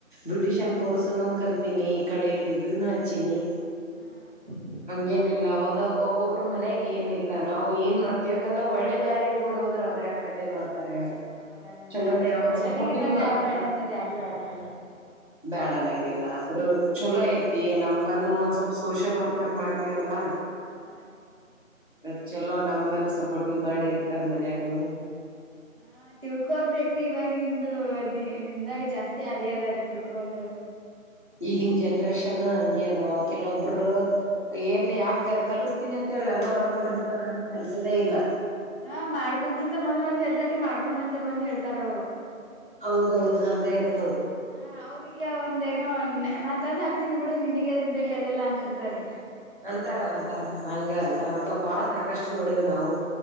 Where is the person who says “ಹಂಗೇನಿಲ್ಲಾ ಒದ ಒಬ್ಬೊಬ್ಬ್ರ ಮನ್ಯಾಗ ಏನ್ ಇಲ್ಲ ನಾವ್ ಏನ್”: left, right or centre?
Left